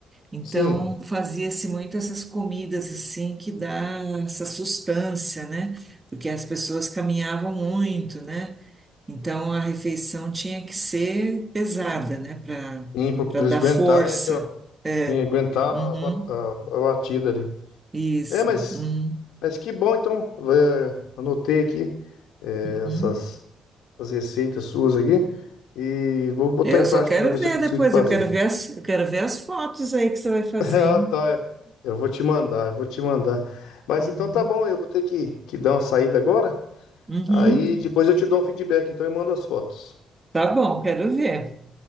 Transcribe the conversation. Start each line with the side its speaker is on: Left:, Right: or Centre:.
Right: Então,
Left: sim,
Right: fazia-se muito essas comidas assim que dá essa sustância, né? Porque as pessoas caminhavam muito, né? Então a refeição tinha que ser pesada, né? Para
Left: ir pro-
Right: para
Left: pra
Right: dar
Left: eles aguentarem
Right: força.
Left: ali, ó.
Right: É.
Left: e Aguentar
Right: Uhum.
Left: a, ba- a- a batida ali.
Right: Isso.
Left: É, mas,
Right: Uhum.
Left: mas que bom, então. Vai, é, anotei aqui é,
Right: Uhum.
Left: essas, essas receitas suas aqui e vou botar
Right: É, Eu
Left: em prática
Right: só quero
Left: para ver
Right: ver
Left: se eu consigo
Right: depois,
Left: fazer.
Right: eu quero ver as, eu quero ver as fotos aí que você vai
Left: <laughs>
Right: fazer,
Left: Ah,
Right: hein?
Left: tá. Eu vou te mandar, eu vou te mandar. Mas
Right: Uhum.
Left: então tá bom, eu vou ter que, que dar uma saída agora.
Right: Uhum.
Left: Aí depois eu te dou um feedback, então eu mando as fotos.
Right: Tá bom, quero ver.